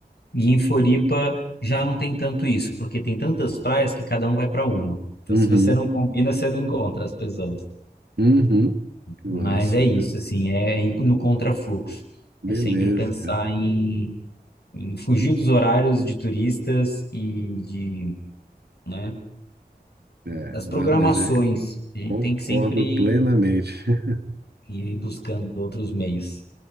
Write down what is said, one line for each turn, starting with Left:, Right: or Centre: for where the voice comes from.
Left: E em Floripa já não tem tanto isso, porque tem tantas praias que cada um vai para uma. Então,
Right: uhum,
Left: se você não combina, você não encontra as pessoas.
Right: uhum. Nossa,
Left: Mas é isso,
Right: cara.
Left: assim, é ir no contrafluxo.
Right: Beleza,
Left: É sempre pensar
Right: cara.
Left: em, em fugir dos horários de turistas e de, né,
Right: É,
Left: das programações.
Right: ah, mas é,
Left: A gente
Right: concordo
Left: tem que sempre
Right: plenamente. <laughs>
Left: ir buscando outros meios.